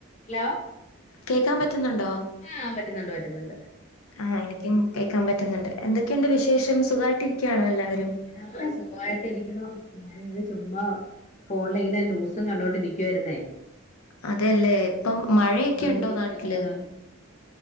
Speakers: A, on the left; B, on the left.
A: ഹലോ
B: കേക്കാൻ പറ്റുന്നുണ്ടോ
A: ആഹ് പറ്റുന്നുണ്ട് പറ്റുന്നുണ്ട്
B: ആഹ് എനിക്കും കേക്കാൻ പറ്റുന്നുണ്ട് എന്തൊക്കെയുണ്ട് വിശേഷം സുഖായിട്ട് ഇരിക്യാണോ എല്ലാവരും
A: ഞാൻ സുഖമായിട്ട് ഇരിക്കണു ഞാനിങ്ങനെ ചുമ്മാ ഫോണില ഇങ്ങനെ ന്യൂസും കണ്ടോണ്ടിരിക്കുവായിരുന്നേ
B: അതെല്ലേ ഇപ്പം മഴയൊക്കെ
A: മുഖ്യമന്ത്രിയുടെ
B: ഉണ്ടോ നാട്ടിൽ
A: ആഹ്